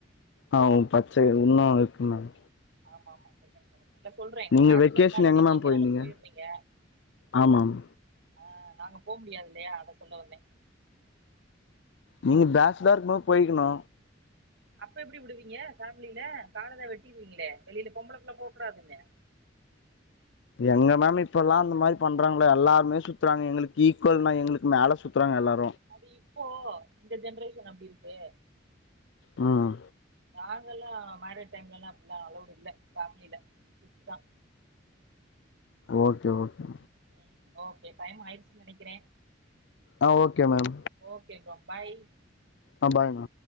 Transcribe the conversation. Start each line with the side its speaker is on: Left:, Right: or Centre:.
Left: ஆ ஒ பச்சை இன்னோ இருக்கு மேம்
Right: ஆமா ஆமா செகண்ட் <inaudible> இல்ல சொல்ற இப்ப
Left: நீங்க
Right: பேச்சுலர்னால
Left: வெக்கேஷன் எங்க
Right: நீங்க
Left: மேம்
Right: எங்கனாலு
Left: போயிருந்தீங்க
Right: போயிர்றீங்க
Left: ஆமாம்
Right: அ நாங்க போ முடியாதுல்லையா அத சொல்ல வந்த
Left: நீங்க பேச்லர்கக்கு போ போயிக்கணு
Right: அப்ப எப்டி விடுவீங்க ஃபேமிலில காலதா வெட்டிருவீங்களே வெளில பொம்பளப்புள்ஹ போக்கூடாதுன்னு
Left: எங்க மம் இப்பல்லா அந்ந மாதிரி பண்றாங்கள எல்லாருமே சுத்துறாங்க எங்களுக்கு ஈக்குவல்னா எங்களுக்கு மேல சுத்துறாங்க எல்லாரு
Right: அது இப்போ இந்த ஜென்ரேஷன் அப்டி இருக்கு
Left: ம்
Right: நாங்கல்லா மரீட் டைம்ல எல்லா அப்டில்லா அலோவ்ட் இல்ல ஃபேமில ஸ்ட்ரிட் தா
Left: ஓகே ஓகே
Right: ம் ஓகே டைம் ஆய்டுச்சுன் நெனைக்கிற
Left: ஆ okay ma'am
Right: okay bro bye
Left: ஆ பாய்ங்க